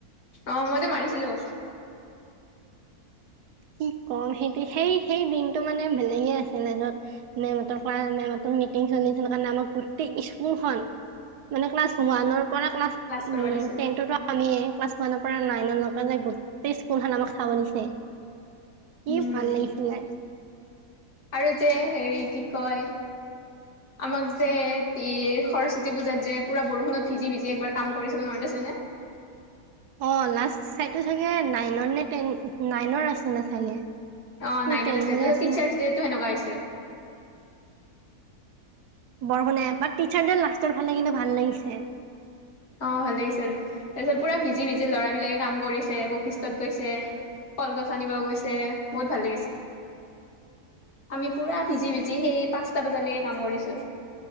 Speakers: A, on the left; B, on the right.
A: অ' মইতো মাৰিছিলো।
B: কি কম সেই সেই সেই দিনটো মানে বেলেগে আছিলে য'ত মেমৰ পৰা মেম মিটিং চলিছিলণে আৰু গোটেই স্কুলখন মানে ক্লাছ ওৱানৰ পাৰ ক্লাছ
A: কৰিব দিছিল,
B: টেনটতো আমি ক্লাছ খ ন পৰা নাই ন ন যে গোটেই স্কুলখন আমাক চাব নিছে। কি
A: উম,
B: ভাল লাগিছিলে।
A: আৰু যে, হেৰি কি কয়, আমাক যে এ সৰস্বতী পূজাত যে পুৰা বৰষুনত ভিজি-ভিজি একবাৰ কাম কৰিছিলো মনত আছে? আছেনে?
B: অ'লাষ্ট চাইডটো চাগে নাইন নে টেন নাইনৰ আছে নে চাগে।
A: অ' নাইনত
B: নে টেনৰে
A: আছিল তাৰপছত
B: আছিলে
A: টিচাৰ্চ ডো সেনেকুৱা আছিল।
B: বৰষুণ এ বাট টিচাৰড লাষ্টৰ ফালে কিন্তু ভাল লাগিছে।
A: অ'ভাল লাগিছিল তাৰপিছত পুৰা ভিজি ভিজি ল'ৰাবলাকে কাম কৰিছে বৈশিষ্টত গৈছে। কলগছ আনিব গৈছে, বহুত ভাল লাগিছে। আমি পুৰা ভিজি-ভিজি সেই পাঁচটা বজালৈকে কাম কৰিছো।